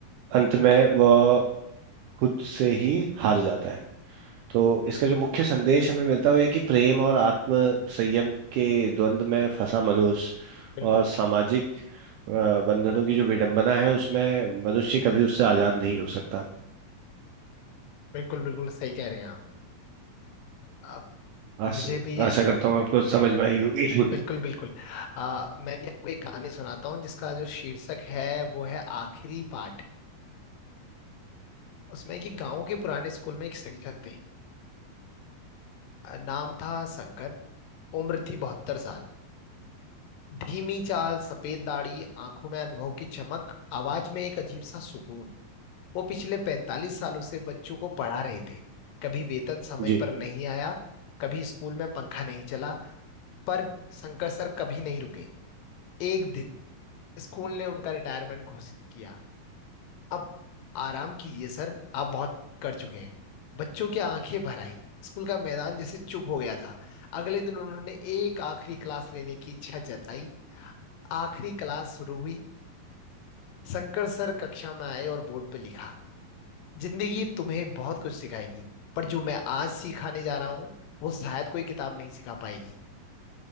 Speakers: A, on the right; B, on the left.
A: अंत में वह खुद से ही हार जाता है तो इसका जो मुख्य संदेश हमें मिलता है वो ये कि प्रेम और आत्म संयम के द्वंद्व में फंसा मनुष्य
B: बिल्कुल
A: और सामाजिक अ, बंधनों की जो विडंबना है उसमें मनुष्य कभी उससे आजाद नहीं हो सकता
B: बिल्कुल बिल्कुल सही कह रहे हैं आप अ,
A: आस,
B: मुझे भी
A: आशा करता हूँ आपको समझ में आई होगी हम्म,
B: बिल्कुल बिल्कुल आ, मैं भी आपको एक कहानी सुनाता हूँ जिसका जो शीर्षक है वो है आखिरी पाठ उसमें कि गांव के पुराने स्कूल में एक शिक्षक थे आ, नाम था शंकर उम्र थी बहत्तर साल धीमी चाल सफेद दाढ़ी आंखों में अनुभव की चमक आवाज में एक अजीब सा सुकून वो पिछले पैंतालीस सालों से बच्चों को पढ़ा रहे थे कभी वेतन समय
A: जी
B: पर नहीं आया कभी स्कूल में पंखा नहीं चला पर शंकर सर कभी नहीं रुके एक दिन स्कूल ने उनका रिटायरमेंट घोषित किया अब आराम कीजिए सर आप बहुत कर चुके हैं बच्चों की आंखें भर आई स्कूल का मैदान जैसे चुप हो गया था अगले दिन उन्होंने एक आखिरी क्लास लेने की इच्छा जताई आखिरी क्लास शुरू हुई शंकर सर कक्षा में आए और बोर्ड पे लिखा जिंदगी तुम्हें बहुत कुछ सिखाएगी पर जो मैं आज सिखाने जा रहा हूँ वो शायद कोई किताब नहीं सिखा पाएगी